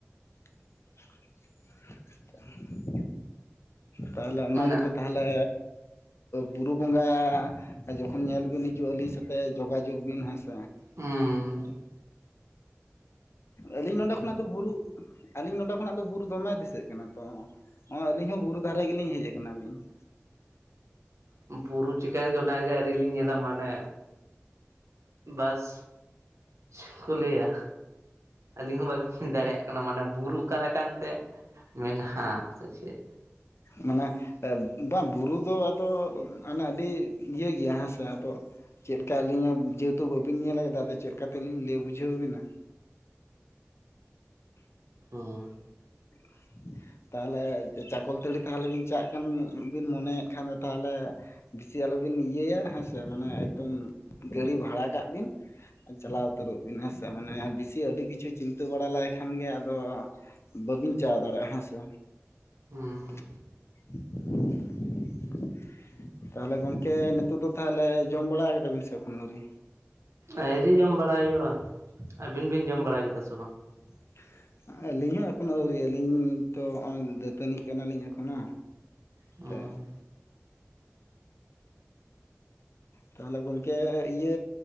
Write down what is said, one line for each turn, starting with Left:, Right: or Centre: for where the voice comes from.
Left: <inaudible> ᱛᱟᱦᱚᱞᱮ ᱚᱱᱟ
Right: ᱚᱱᱮ
Left: ᱜᱮ ᱛᱚ ᱛᱟᱦᱚᱞᱮ ᱵᱩᱨᱩ ᱵᱚᱸᱜᱟ ᱡᱚᱠᱷᱚᱱ ᱧᱮᱞ ᱵᱤᱱ ᱦᱤᱡᱩᱜᱼᱟ, ᱟᱹᱞᱤᱧ ᱥᱟᱛᱮᱜ ᱡᱳᱜᱟᱡᱳᱜᱽ ᱵᱤᱱ ᱦᱮᱸ ᱥᱮ ᱾
Right: ᱩᱸ
Left: ᱟᱹᱞᱤᱧ ᱱᱚᱸᱰᱮ ᱠᱷᱚᱱᱟᱜ ᱫᱚ ᱵᱩᱨᱩ ᱟᱹᱞᱤᱧ ᱱᱚᱸᱰᱮ ᱠᱷᱚᱱᱟᱜ ᱫᱚ ᱵᱩᱨᱩ ᱫᱚᱢᱮ ᱫᱤᱥᱟᱹᱜ ᱠᱟᱱᱟ ᱾ ᱛᱚ ᱟᱹᱞᱤᱧ ᱦᱚᱸ ᱵᱩᱨᱩ ᱫᱷᱟᱨᱮ ᱜᱮᱞᱤᱧ ᱦᱮᱡ ᱟᱠᱟᱱᱟᱞᱤᱧ ᱾
Right: ᱦᱩᱸ ᱵᱩᱨᱩ ᱪᱤᱠᱟᱹᱭᱮᱱ ᱜᱮ ᱚᱱᱟᱜᱮ ᱟᱹᱣᱨᱤ ᱞᱤᱧ ᱧᱮᱞᱟ ᱢᱟᱱᱮ ᱵᱟᱥ ᱪᱮᱠᱚ ᱞᱟᱹᱭᱟ ᱟᱹᱞᱤᱧ ᱦᱚᱸ ᱵᱟᱹᱞᱤᱧ ᱵᱩᱡ ᱫᱟᱲᱮᱭᱟᱜ ᱠᱟᱱᱟ, ᱢᱟᱱᱮ ᱵᱩᱨᱩ ᱚᱠᱟ ᱞᱮᱠᱟᱱ ᱛᱮ ᱢᱮᱱᱟᱜᱼᱟ ᱥᱮ ᱪᱮᱫ?
Left: ᱢᱟᱱᱮ ᱵᱟᱝ ᱵᱩᱨᱩ ᱫᱚ ᱟᱫᱚ ᱦᱟᱱᱮ ᱟᱹᱰᱤ ᱤᱭᱟᱹ ᱜᱮᱭᱟ ᱦᱮᱸ ᱥᱮ ᱟᱫᱚ ᱪᱮᱫ ᱞᱮᱠᱟ ᱟᱹᱞᱤᱧᱟᱜ ᱡᱮᱦᱮᱛᱩ ᱵᱟᱵᱤᱱ ᱧᱮᱞ ᱟᱠᱟᱫᱟ, ᱟᱫᱚ ᱪᱮᱫ ᱞᱮᱠᱟ ᱛᱮ ᱞᱤᱧ ᱞᱟᱹᱭ ᱵᱩᱡᱷᱟᱹᱣ ᱟᱵᱤᱱᱟ
Right: ᱦᱚᱸ
Left: <inaudible> ᱛᱟᱦᱚᱞᱮ ᱪᱟᱠᱚᱞᱛᱟᱹᱲᱤ ᱛᱟᱦᱚᱞᱮ ᱵᱤᱱ ᱪᱟᱜ ᱠᱟᱱ ᱵᱤᱱ ᱢᱚᱱᱮᱭᱮᱫ ᱠᱷᱟᱱ ᱫᱚ ᱛᱟᱦᱚᱞᱮ ᱵᱮᱥᱤ ᱟᱞᱚᱵᱤᱱ ᱤᱭᱟᱹᱭᱟ ᱦᱮᱸ ᱥᱮ ᱢᱟᱱᱮ ᱮᱠᱫᱚᱢ ᱜᱟᱹᱲᱤ ᱵᱷᱟᱲᱟ ᱠᱟᱜ ᱵᱤᱱ ᱪᱟᱞᱟᱣ ᱩᱛᱟᱹᱨᱚᱜ ᱵᱤᱱ ᱦᱮᱸ ᱥᱮ ᱢᱟᱱᱮ ᱵᱮᱥᱤ ᱟᱹᱰᱤ ᱠᱤᱪᱷᱩ ᱪᱤᱱᱛᱟ ᱵᱟᱲᱟ ᱞᱮᱠᱷᱟᱱ ᱜᱮ ᱟᱫᱚ ᱵᱟᱹᱵᱤᱱ ᱪᱟ ᱫᱟᱲᱮᱭᱟᱜᱼᱟ ᱦᱮᱸ ᱥᱮ
Right: ᱦᱩᱸ
Left: ᱾ <inaudible> ᱛᱟᱦᱚᱞᱮ ᱜᱚᱝᱠᱮ ᱱᱤᱛᱚᱜ ᱫᱚ ᱛᱟᱦᱚᱞᱮ ᱡᱚᱢ ᱵᱟᱲᱟ ᱠᱟᱫᱟᱵᱤᱱ ᱥᱮ ᱮᱠᱷᱚᱱᱚ ᱟᱹᱣᱨᱤ?
Right: ᱟᱹᱭᱨᱤ ᱡᱚᱢ ᱵᱟᱲᱟ ᱦᱩᱭᱩᱜᱼᱟ, ᱟᱹᱵᱤᱱ ᱵᱤᱱ ᱡᱚᱢ ᱵᱟᱲᱟ ᱠᱮᱫᱟ ᱥᱮ ᱵᱟᱝ?
Left: <inaudible> ᱟᱹᱞᱤᱧ ᱦᱚᱸ ᱮᱠᱷᱚᱱᱚ ᱟᱹᱣᱨᱤ ᱟᱹᱞᱤᱧ ᱛᱚ, ᱱᱚᱜᱼᱚᱭ ᱫᱟᱹᱛᱟᱹᱱᱤᱜ ᱠᱟᱱᱟᱞᱤᱧ ᱮᱠᱷᱚᱱᱚ
Right: ᱦᱩᱸ
Left: ᱛᱮ ᱛᱟᱦᱚᱞᱮ ᱜᱚᱢᱠᱮ ᱤᱭᱟᱹ